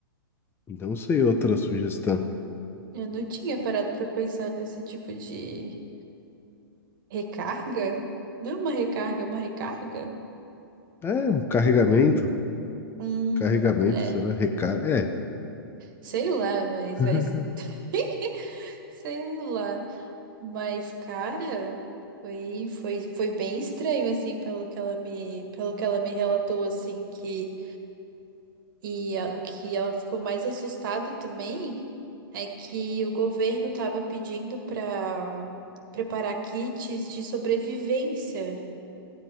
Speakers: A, on the left (about 20°); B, on the right (about 55°).
A: Não sei outra sugestão.
B: Eu não tinha parado pra pensar nesse tipo de recarga. Não é uma recarga, é uma recarga?
A: É, um carregamento.
B: Hum,
A: Carregamento,
B: é.
A: será? Recarga? É.
B: Sei lá, mas
A: <laughs>
B: aí. <laughs> Sei lá. Mas, cara, foi, foi, foi bem estranho, assim, pelo que ela me, pelo que ela me relatou, assim, que. E a- o que ela ficou mais assustada também é que o governo estava pedindo para preparar kits de sobrevivência.